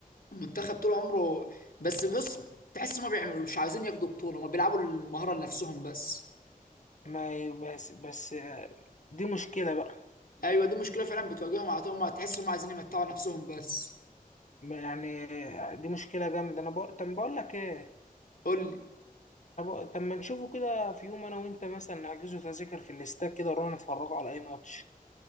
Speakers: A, on the left (about 75°); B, on the left (about 55°).
A: المنتخب طول عمره بس بص تحس ما بيعملوا مش عايزين ياخدوا بطوله ما بيلعبوا المهاره لنفسهم بس
B: ما ي- بس بس آه، دي مشكله بقى
A: ايوه دي مشكله فعلا بتواجههم على طول ما تحس انهم عايزين يمتعوا نفسهم بس
B: ما- يعني دي مشكلة جامدة أنا بق... طب بقول لك إيه
A: قول لي
B: أنا بق... طب ما نشوفه كده في يوم أنا وأنت مثلا نحجزه تذاكر في الاستاد كده نروح نتفرجوا على أي ماتش